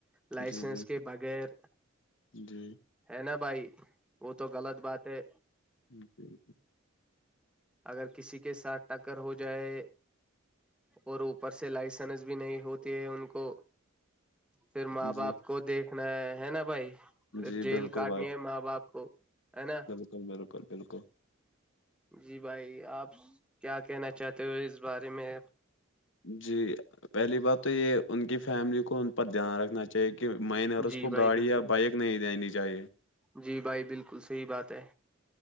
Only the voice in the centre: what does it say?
لائسنس
کے بغیر
ہے نا بھائی وہ تو غلط بات ہے
اگر کسی کے ساتھ ٹکر ہو جائے اور اوپر سے لائسنس بھی نہیں ہوتی ہے ان کو پھر ماں
باپ کو دیکھنا ہے نا بھائی پھر
جیل
کاٹنی ہے ماں باپ کو ہے نا
جی بھائی آپ کیا کہنا چاہتے ہو اس بارے میں
جی
بھائی
بالکل
جی بھائی بالکل صحیح بات ہے